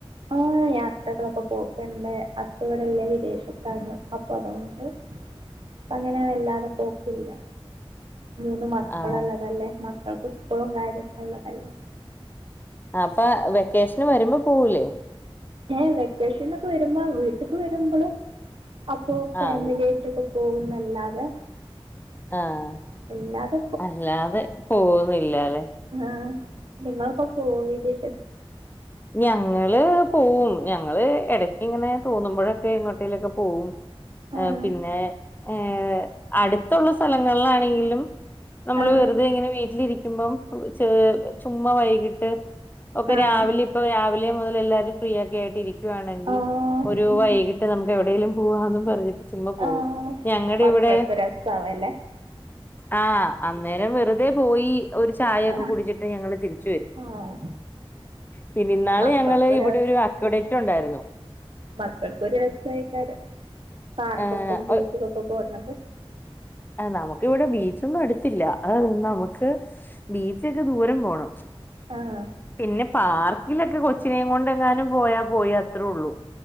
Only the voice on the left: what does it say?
ഉ
ആഹ്
അപ്പ വെക്കേഷന് വരുമ്പ പോവൂലേ
ആഹ്
ആഹ്
അല്ലാതെ പോവുന്നില്ലാലെ
ഞങ്ങള് പോവും ഞങ്ങള് ഇടക്ക് ഇങ്ങനെ തോന്നുമ്പോഴൊക്കെ എങ്ങോട്ടേലൊക്കെ പോകും
ഏഹ് പിന്നെ ഏഹ് അടുത്തുള്ള സ്ഥലങ്ങളിലാണെങ്കിലും നമ്മള്
വെറുതെ ഇങ്ങനെ വീട്ടിലിരിക്കുമ്പം ച ചുമ് വൈകിട്ട് ഒക്കെ
രാവിലെ ഇപ്പൊ രാവിലെ മുതൽ എല്ലാവരും ഫ്രീ ആക്കെ ആയിട്ടി ഇരിക്കുകയാണെങ്കിൽ
ഒരു
വൈകി ട്ട് നമുക്ക് എവിടേലും പോവാന്നും പറഞ്ഞിട്ട് ചുമ്മ പോവും
ഞങ്ങടിവിടെ
ആഹ് അന്നേരം വെറുതെ പോയി ഒരു ചായൊക്കെ
കുടിച്ചിട്ട് ഞങ്ങള് തിരിച്ച വരും
പിന്നെ ഇന്നാള്
ഞങ്ങള് ഇവിടെ ഒരു അക്വഡേറ്റൊണ്ടായിരുന്നു
ഏഹ്
ആഹ് നമുക്കിവിടെ ബീച്ചൊന്നും അടുത്തില്ല നമുക്ക് ബീച്ചൊക്കെ ദൂരം പോണം
പിന്നെ പാർക്കിലൊക്കെ കൊച്ചിനെയും കൊണ്ട എങ്ങാനും പോയാ പോയി അത്രേ ഉള്ളൂ.